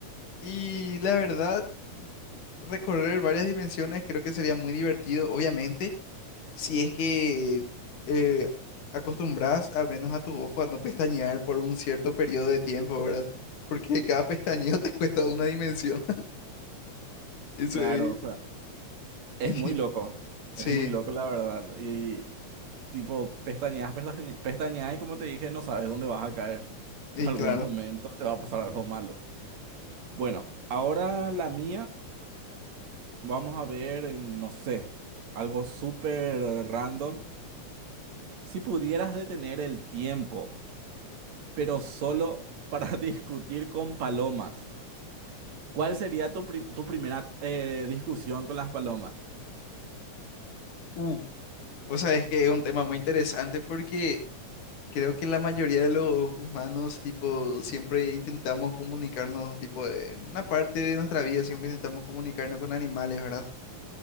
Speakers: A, on the left; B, on the right.
A: Y la verdad, recorrer varias dimensiones creo que sería muy divertido, obviamente si es que eh, acostumbras al menos a tu ojo a no pestañear por un cierto periodo de tiempo, ¿verdad? Porque cada pestañeo <laughs> te cuesta una dimensión. <laughs> Eso
B: Claro,
A: es.
B: o sea, es
A: <laughs> y-
B: muy loco.
A: sí,
B: Es muy loco, la verdad. Y tipo, pestañeas, pestañe- pestañeas y como te dije, no sabes dónde vas a caer.
A: y
B: En algún
A: claro.
B: momento te va a pasar algo malo. Bueno, ahora la mía. Vamos a ver, eh, no sé, algo súper eh, random. Si pudieras detener el tiempo, pero solo para <laughs> discutir con palomas, ¿cuál sería tu, pri- tu primera eh, discusión con las palomas?
A: Uh, o sea, es que es un tema muy interesante porque creo que la mayoría de los humanos, tipo, siempre intentamos comunicarnos, tipo, en una parte de nuestra vida siempre intentamos comunicarnos con animales, ¿verdad?